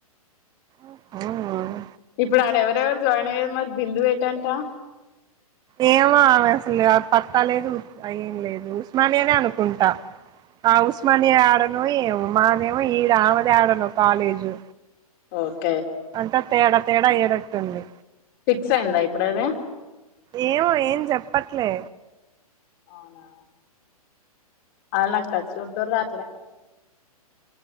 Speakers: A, on the right; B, on the left.
A: ఓహోహ్
B: ఇప్పుడు ఆడెవరెవరు జాయిన్ అయేద్ మరి బిందు వేటంటా.
A: ఏమో ఆమె అసలు ఆ పత్తా లేదు ఉత్ ఏం లేదు ఉస్మానీయనే అనుకుంటా ఆ ఉస్మానీయా యాడోనో ఏమో మాదేమో ఈడ అవదేడనో కాలేజు.
B: ఓత్
A: అంట తేడా తేడా ఏడేట్టుంది.
B: ఫిక్స్ అయిందా ఇప్పుడ్ అది
A: ఏవో ఏం జేప్పట్లే
B: అవునా ఆల్ నాక్ టచ్చలుంటర్ రాత్తురే